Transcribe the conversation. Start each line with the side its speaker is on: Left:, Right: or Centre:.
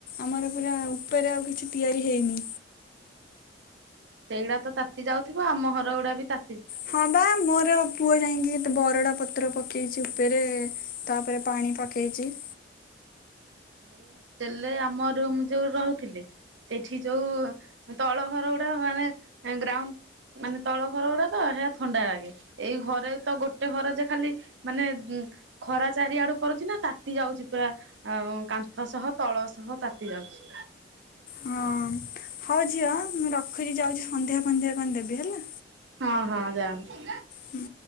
Left: ଆମର ପୁରା ଉପରେ ଆଉ କିଛି ତିଆରି ହେଇନି।
Right: ହଁ ସେଇଗୁଡା ତ ତାତି ଯାଉଥିବ ଆମ ଘରଗୁଡା ବି ତା
Left: ହଁ ବା ମୋର ପୁଅ ଯାଇଁକି ତ ବରଡ଼ା ପତ୍ର ପକେଇଛି ଉପରେ ତାପରେ ପାଣି ପକେଇଛି।
Right: ଏଇ ହଷ୍ଟେଲରେ ଆମ ରୁମ୍ ଯୋଉ ରହୁଥିଲେ ସେଠି ଯୋଉ ତଳ ଘର ଗୁଡା ମାନେ ଗ୍ରାଉଣ୍ଡ ମାନେ ତଳ ଘର ଗୁଡା ତ ହେରା ଥଣ୍ଡା ଲାଗେ ଏଇ ଘରେ ତ ଗୋଟେ ଘରେ ଯେ ଖାଲି ମାନେ ଉ ଖରା ଚାରିଆଡୁ କରୁଛି ନା ତାତି ଯାଉଛି ପୁରା ଆ କା ନ୍ଥ ସହ ତଳ ସହ ତାତି ଯାଉଛି।
Left: ହଁ ହଉ ଝିଅ ମୁଁ ରଖୁଛି ଯାଉଛି ସନ୍ଧ୍ୟା ଫନ୍ଧ୍ୟା କଣ ଦେବି ହେଲା।
Right: ହଁ ହଁ ଜାଆନ୍ତୁ।
Left: ହୁଁ।